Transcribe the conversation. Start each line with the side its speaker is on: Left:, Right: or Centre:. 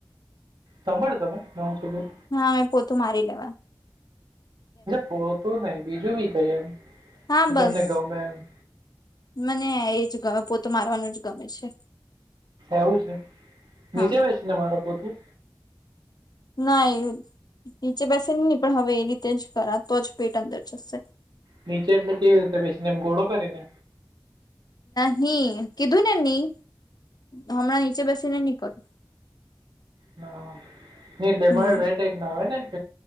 Right: સાંભળ્યું તમે નામ શું. છું?
Left: હા અમે પોતું મારી લેવા નુ
Right: પોતું નઈ બીજું બી કઈ એમ
Left: હા
Right: એ
Left: બસ
Right: તમને ગમે એમ
Left: મને એજ ગમે પો તો મારવાનું જ ગમે છે.
Right: એવું છે
Left: હા
Right: નીચે બેસી ને મારો પોટું
Left: નહીં. નીચે બેસે નહી પણ હવે એ રીતે જ કરા તો જ પેટ અંદર જશે
Right: નીચે એટલે કેવી રીતે પછીને એમ ઘોડો કરી ને
Left: નહી કીધું ની હમણાં નીચે બેસેને નહીં કરું.
Right: હા એટલે
Left: હમ
Right: મ બેટક ના આવે ને